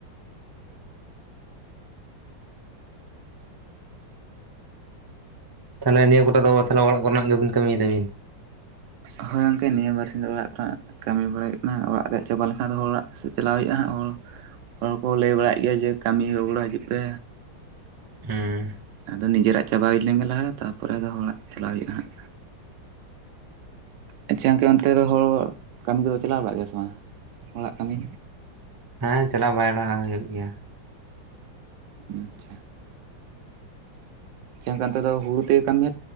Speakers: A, on the right; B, on the right.
A: ᱛᱟᱦᱚᱞᱮ ᱱᱤᱭᱟᱹ ᱠᱚᱴᱟ ᱫᱚ ᱛᱟᱦᱚᱞᱮ ᱚᱲᱟᱜ ᱠᱚᱨᱮᱱᱟᱜ ᱜᱮᱵᱤᱱ ᱠᱟᱹᱢᱤᱭ ᱫᱟᱵᱤᱱ
B: ᱦᱳᱭ ᱜᱚᱝᱠᱮ ᱱᱤᱭᱟᱹ ᱵᱟᱨ ᱥᱤᱧ ᱫᱚ ᱚᱲᱟᱜ ᱠᱚᱨᱮᱱᱟᱜ ᱠᱟᱢᱤ ᱵᱟᱲᱟ ᱦᱩᱭᱩᱜ ᱠᱟᱱᱟ ᱚᱲᱟᱜ ᱨᱮᱭᱟᱜ ᱪᱟᱵᱟ ᱞᱮᱱᱠᱷᱟᱱ ᱫᱚ ᱦᱚᱲᱟᱜ ᱥᱮᱫ ᱪᱟᱞᱟᱣ ᱦᱩᱭᱩᱜᱼᱟ ᱦᱟᱸᱜ ᱦᱚᱲ ᱦᱚᱲ ᱠᱚ ᱞᱟᱹᱭ ᱵᱟᱲᱟᱭᱮᱫ ᱜᱮᱭᱟ ᱡᱮ ᱠᱟᱢᱤ ᱨᱚᱜᱚᱲᱟ ᱦᱤᱡᱩᱜ ᱯᱮ
A: ᱦᱮᱸ,
B: ᱟᱫᱚ ᱱᱤᱡᱮᱨᱟᱜ ᱪᱟᱵᱟ ᱦᱩᱭ ᱞᱮᱱᱜᱮ ᱞᱟᱦᱟ ᱛᱟᱯᱚᱨᱮ ᱟᱫᱚ ᱦᱚᱲᱟᱜ ᱪᱟᱞᱟᱣ ᱦᱩᱭᱩᱜᱼᱟ, ᱦᱟᱸᱜ ᱟᱪᱪᱷᱟ ᱜᱚᱝᱠᱮ ᱚᱱᱛᱮ ᱫᱚ ᱦᱚᱲ ᱠᱟᱢᱤ ᱠᱚᱫᱚ ᱪᱟᱞᱟᱣ ᱜᱮᱭᱟ ᱥᱮ ᱵᱟᱝ ᱦᱚᱲᱟᱜ ᱠᱟᱢᱤ
A: ᱦᱮᱸ ᱪᱟᱞᱟᱜᱣ ᱵᱟᱭᱰᱟᱜ ᱦᱩᱭᱩᱜ ᱜᱮᱭᱟ,
B: ᱟᱪᱪᱷᱟ, ᱪᱮᱠᱟᱱ ᱚᱱᱛᱮ ᱫᱚ ᱦᱩᱲᱩ ᱛᱮ ᱠᱟᱹᱢᱤᱭᱟ